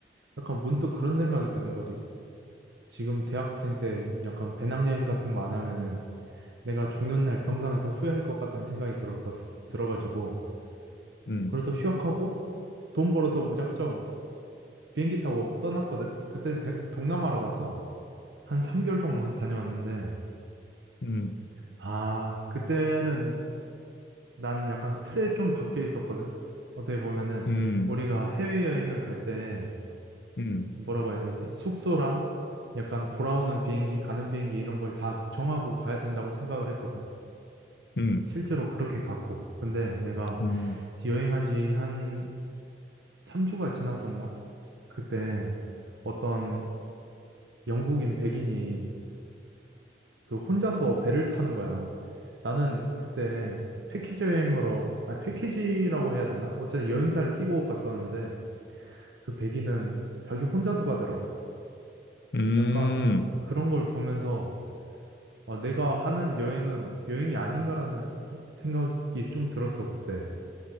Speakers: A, on the right; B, on the left.
A: 약간 문득 그런 생각이 드는 거지. 지금 대학생 때 약간 배낭여행 같은 거 안 하면은 내가 죽는 날 병상에서 후회할 것 같다는 생각이 들었, 들어가지고
B: 음,
A: 그래서 휴학하고 돈 벌어서 무작정 비행기 타고 떠났거든. 그땐 대- 동남아로 갔어. 한 3개월 동안 다녀왔는데
B: 음,
A: 아, 그때는 난 약간 틀에 좀 박혀 있었거든. 어떻게 보면은
B: 음,
A: 우리가 해외여행을 갈 때
B: 음,
A: 뭐라고 해야 되지? 숙소랑 약간 돌아오는 비행기, 가는 비행기 이런 걸 다 정하고 가야 된다고 생각을 했거든.
B: 음,
A: 실제로 그렇게 갔고. 근데 내가
B: 음,
A: 여행한 지 한 3주가 지났었나? 그때 어떤 영국인 백인이 그 혼자서 배를 타는 거야. 나는 그때 패키지 여행으로, 아, 패키지라고 해야 되나? 어쨌든 여행사를 끼고 갔었는데 그 백인은 자기 혼자서 가더라고.
B: 음.
A: 약간 그런 걸 보면서 아, 내가 하는 여행은 여행이 아닌가라는 생각이 좀 들었어, 그때.